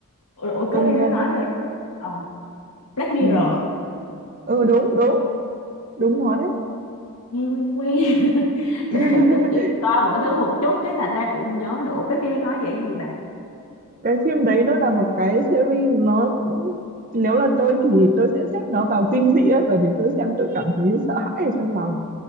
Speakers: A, on the left; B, on the right.
A: ủa
B: Gương
A: cái phim
B: Đen
A: nó nói về ờ Black Mirror
B: ừ, ừ đúng đúng đúng nó đấy
A: nghe quen quen <laughs> vậy
B: <laughs>
A: này cứ kiểu coi mỗi thứ một chút cái thành ra cũng nhớ được Ủa, cái phim nó nói về cái gì bà
B: cái phim đấy nó là một cái series nó cũng nếu là tôi thì tôi sẽ xếp nó vào kinh dị ấy, bởi vì tôi xem tôi cảm thấy sợ hãi ở trong lòng